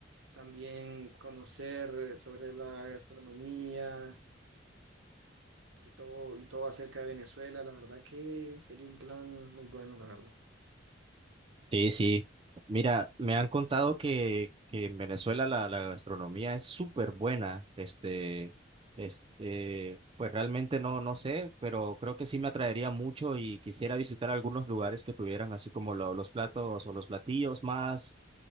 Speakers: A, on the right; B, on the right.
A: también conocer sobre la gastronomía y todo, y todo acerca de Venezuela, la verdad que sería un plan muy bueno, la verdad.
B: Sí, sí. Mira, me han contado que, que en Venezuela la, la gastronomía es súper buena. Este, este, pues realmente no, no sé, pero creo que sí me atraería mucho y quisiera visitar algunos lugares que tuvieran así como lo- los platos o los platillos más,